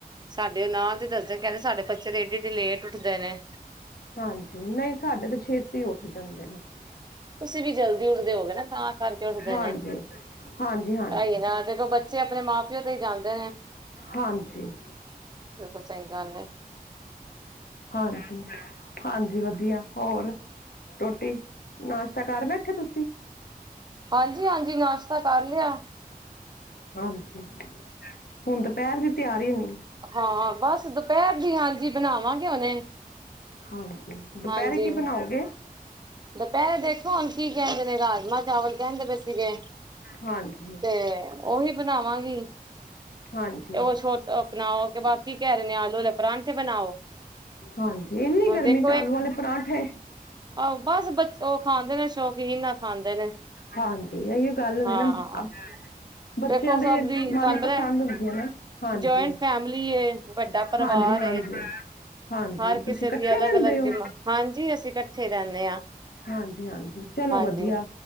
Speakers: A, on the right; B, on the left.
A: ਸਾਡੇ ਨਾਲ ਤੇ ਦੱਸਦੇ ਕਹਿੰਦੇ ਸਾਡੇ ਬੱਚੇ ਤੇ ਏਡੀੇ-ਏਡੀੇ ਲੇਟ ਉੱਠਦੇ ਨੇ।
B: ਹਾਂਜੀ ਨਹੀਂ ਸਾਡੇ ਤੇ ਛੇਤੀ ਉੱਠ ਜਾਂਦੇ ਨੇ।
A: ਤੁਸੀਂ ਵੀ ਜਲਦੀ ਉੱਠਦੇ ਹੋਓਗੇ ਨਾ ਤਾਂ ਕਰਕੇ ਉੱਠਦੇ
B: ਹਾਂਜੀ
A: ਨੇ।
B: ਹਾਂਜੀ ਹਾਂਜੀ
A: ਅਹੀ ਨਾ ਦੇਖੋ ਬੱਚੇ ਆਪਣੇ ਮਾਂ-ਪਿਓ ਤੇ ਹੀ ਜਾਂਦੇ ਨੇ।
B: ਹਾਂਜੀ
A: ਬਿਲਕੁਲ ਸਹੀ ਗੱਲ ਐ।
B: ਹਾਂਜੀ। ਹਾਂਜੀ ਵਧੀਆ, ਹੋਰ, ਰੋਟੀ ਨਾਸ਼ਤਾ ਕਰ ਬੈਠੇ ਤੁਸੀਂ?
A: ਹਾਂਜੀ-ਹਾਂਜੀ ਨਾਸ਼ਤਾ ਕਰ ਲਿਆ।
B: ਹਾਂਜੀ, ਹੁਣ ਦੁਪਹਿਰ ਦੀ ਤਿਆਰੀ ਨੇ।
A: ਹਾਂ ਬਸ ਦੁਪਹਿਰ ਦੀ ਹਾਂ ਜੀ ਬਣਾਵਾਂਗੇ ਹੁਨੇ
B: ਹਾਂਜੀ ਦੁਪਹਿਰੇ
A: ਹਾਂਜੀ।
B: ਕੀ ਬਣਾਓਗੇ
A: ਦੁਪਹਿਰ ਦੇਖੋ ਹੁਣ ਕੀ ਕਹਿੰਦੇ ਨੇ ਰਾਜਮਾਂ ਚਾਵਲ ਕਹਿੰਦੇ ਪਏ ਸੀਗੇ।
B: ਹਾਂਜੀ।
A: ਤੇ, ਉਹੀ ਬਣਾਵਾਂਗੀ।
B: ਹਾਂਜੀ
A: ਤੇ ਉਹ ਛੋਟ ਅਪਣਾ ਓ ਤੇ ਬਾਕੀ ਕਹਿ ਰਹੇ ਨੇ ਆਲੂ ਆਲੇ ਪਰਾਂਠੇ ਬਣਾਓ।
B: ਹਾਂਜੀ ਇੰਨੀ
A: ਹੁਣ
B: ਗਰਮੀ
A: ਦੇਖੋ
B: 'ਚ
A: ਇੱਕ
B: ਆਲੂ ਆਲੇ ਪਰਾਂਠੇ।
A: ਆਹੋ ਬਸ ਬ ਉਹ ਖਾਂਦੇ ਨੇ। ਸ਼ੌਕੀਨ ਨਾ ਖਾਂਦੇ ਨੇ।
B: ਹਾਂਜੀ ਇਹੀਓ ਗੱਲ ਹੁੰਦੀ
A: ਹਾਂ
B: ਨਾ ਬੱਚਿਆਂ
A: ਦੇਖੋ ਸਭ
B: ਦੇ
A: ਦੀ ਤੁਹਾਨੂੰ
B: ਮਨਪਸੰਦ
A: ਪਤਾ,
B: ਹੁੰਦੀਆਂ ਨਾ ਹਾਂਜੀ
A: ਜਆਇੰਟ ਫੈਮਿਲੀ ਏ। ਵੱਡਾ ਪਰਿਵਾਰ
B: ਹਾਂਜੀ ਹਾਂਜੀ
A: ਏ।
B: ਹਾਂਜੀ
A: ਹਰ ਕਿਸੇ
B: ਤੁਸੀਂ ਇਕੱਠੇ
A: ਦੀ ਅਲੱਗ-ਅਲੱਗ
B: ਰਹਿੰਦੇ ਹੋ
A: ਜਿਮਾ ਹਾਂਜੀ ਅਸੀਂ ਇਕੱਠੇ ਰਹਿੰਨੇ ਆ।
B: ਹਾਂਜੀ। ਹਾਂਜੀ-ਹਾਂਜੀ ਚਲੋ
A: ਹਾਂਜੀ।
B: ਵਧੀਆ,